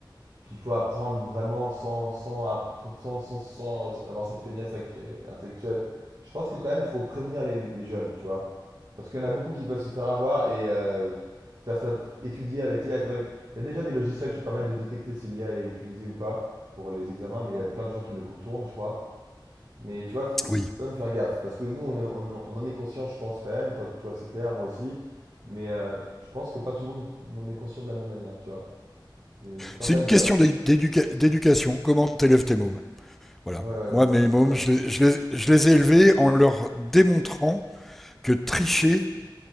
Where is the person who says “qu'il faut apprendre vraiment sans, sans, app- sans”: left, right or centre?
Right